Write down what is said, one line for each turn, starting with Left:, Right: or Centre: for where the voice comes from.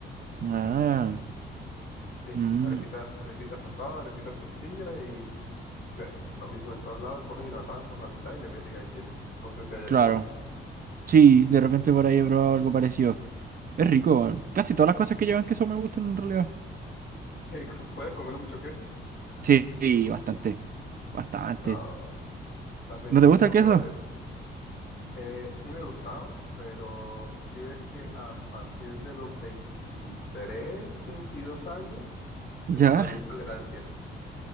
Right: Ah,
Left: Sí,
Right: mm,
Left: arepitas, arepitas asadas, arepitas sencillas y ves, lo mismo en todos lados, cogen y la rajan por la mitad y le meten ahí queso. No sé si allá
Right: claro.
Left: es igual.
Right: Sí, de repente por ahí he probado algo parecido. Es rico, weón. Casi todas las cosas que llevan queso me gustan en realidad.
Left: <laughs> ¿Puedes comer mucho queso?
Right: Sí, sí, bastante. Bastante.
Left: No, estás bendito,
Right: ¿No te gusta el queso?
Left: brother. Eh, sí me gustaba, pero sí ves que a partir de los 23, 22 años desarrollé
Right: Ya.
Left: intolerancia.